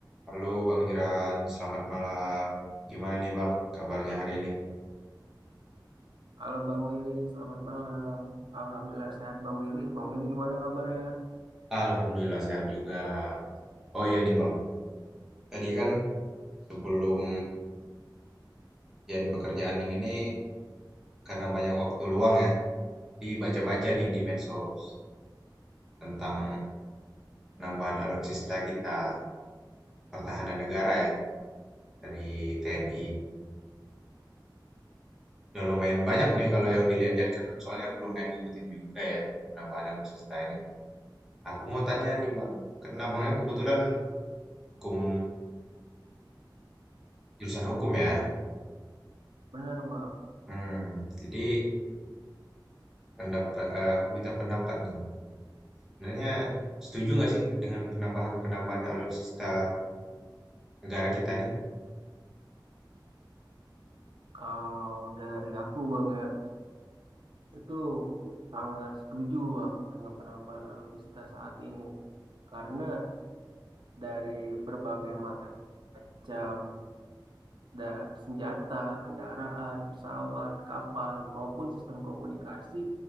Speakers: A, in the centre; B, on the right (about 75°).
A: Halo Bang Jiran, selamat malam. Gimana nih Bang, kabarnya hari ini?
B: Halo Bang Willy, selamat malam. Alhamdulillah sehat Bang Willy. Bang Willy gimana kabarnya?
A: Alhamdulillah sehat juga. Oh iya nih Bang, tadi kan sebelum kerjaan pekerjaan ini nih karena banyak waktu luang ya, jadi baca-baca nih di medsos tentang penambahan alutsista kita untuk pertahanan negara ya dari TNI. Udah lumayan banyak nih kalau yang dilihat-lihat kan soalnya aku lumayan ngikutin juga ya penambahan alutsista ini. Aku mau tanya nih Bang, karena abangnya kebetulan hukum Jurusan hukum ya?
B: Benar Bang.
A: Hmm, jadi pendapat eh, aku minta pendapat nih. Sebenarnya setuju nggak sih dengan penambahan-penambahan alutsista negara kita nih?
B: Kalau dari aku Bang ya, itu sangat setuju Bang dengan penambahan alutsista saat ini. Karena dari berbagai macam da senjata, kendaraan, pesawat, kapal, maupun sistem komunikasi,